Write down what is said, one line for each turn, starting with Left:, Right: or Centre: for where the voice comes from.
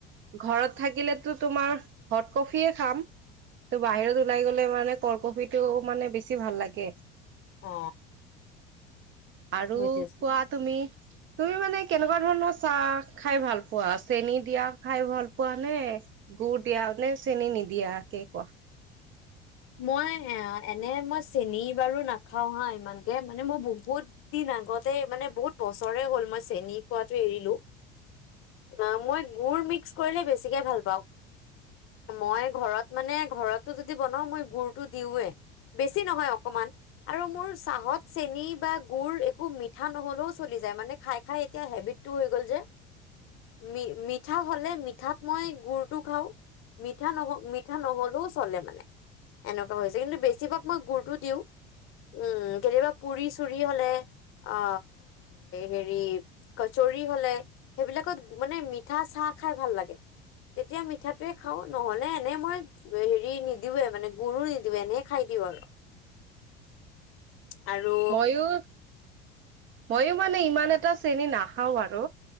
Right: ঘৰত থাকিলেতো তোমাৰ, হট কফিয়ে খাম, ত বাহিৰত ওলাই গলে মানে ক'ল্ড কফি টো মানে বেছি ভাল লাগে।
Left: অ
Right: আৰু
Left: বুজিছো
Right: কোৱা তুমি তুমি মানে কেনেকুৱা ধৰণৰ চাহ খাই ভাল পোৱা, চেনী দিয়া খাই ভাল পোৱা নে, গুড় দিয়া নে, চেনী নিদিয়াকেই কোৱা
Left: মই এনে মই চেনী বাৰু নাখাও হা ইমানকে, মানে মই বহুত দিন আগতে মানে বহুত বছৰে হ'ল, মই চেন খোৱাটো এৰিলো, অ', মই গুৰ মিক্স কৰিলে বেছিকে ভাল পাওঁ, মই ঘৰত মানে ঘৰতো যদি বনাও মই গুৰটো দিওঁৱে, বেছি নহয় অকমান, আৰু মোৰ চাহত চেনী বা গুড় একো মিঠা নহ'লেও চলি যায়, মানে খাই, খাই এতিয়া হেবিটটো হৈ গ'ল যে, মি মিঠা হ'লে মিঠাত মই গুৰটো খাওঁ, মিঠা ন'হলে মিঠা নহ'লেও চলে মানে। এনেকুৱা হৈছে, কিন্তু বেছিভাগ মই গুৰটো দিওঁ। উম', কেতিয়াবা পুৰি চুৰি হলে, অ হেৰি কচুৰি হ'লে, সেইবিলাকত মানে, মিঠা চাহ খাই ভাল লাগে, তেতিয়া মিঠাটোৱে খাওঁ, নহ'লে এনেই মই হেৰি নিদিওঁৱে মানে গুৰো নিদিও, এনেই খাই দিওঁ আৰু। আৰু
Right: ময়ো, ময়ো মানে ইমান এটা চেনী নাখাওঁ আৰু